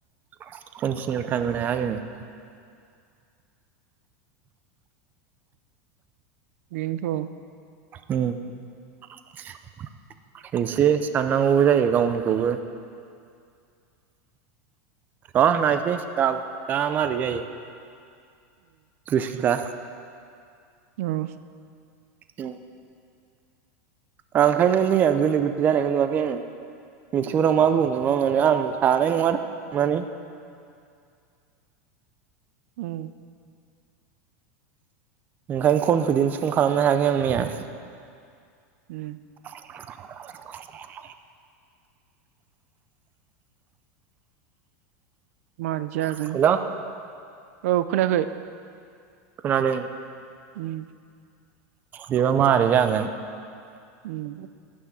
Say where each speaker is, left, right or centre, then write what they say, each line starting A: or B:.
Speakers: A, on the right; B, on the right.
A: कनथिनिउ टाइम होनो हाया जोङो
B: बेनोथ'।
A: उम। <inaudible> एसे साननांगौबो जायो गावनिखौबो। अ नायसै गामोनबा मारै जायो। गोसोफ्रा
B: उम औ।
A: उम। आं ओंखायनो मैया गोनो गोथो जानायखौ नुवाखै आङो। मिथिंफ्राव मा बुंनो मा मानो आं थानाय नङादां मानि
B: उम।
A: ओंखायनो कनफिडेन्सखौनो खालामनो हायाखै आं मैया।
B: उम।
A: <inaudible>
B: मारै जागोन
A: हेल'
B: औ खोनायाखै।
A: खोनादों।
B: उम।
A: बेबा मारै जागोन।
B: उम।